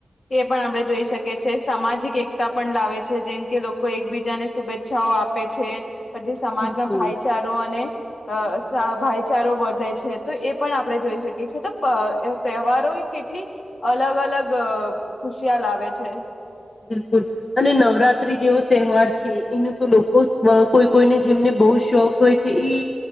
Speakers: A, on the left; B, on the left.
A: એ પણ આપડણે જોઈ શકીએ છીએ સામાજિક એકતા પણ લાવે છે જેમ કે લોકો એકબીજા બીજાને શુભેચ્છાઓ આપે છે, પછી સમાજમાં
B: બિલકુલ
A: ભાઈચારો અને અ ભાઈચારો વધે છે તો એ પણ આપણે જોઈ શકીએ છીએ, તો તહેવારો કેટલી અલગ અલગ ખુશિયા લાવે છે.
B: બિલકુલ અને નવરાત્રી જેવો તહેવાર છે એનું તો લોકો કોઈ કોઈને જેમને બહુ શોખ હોય છે, એ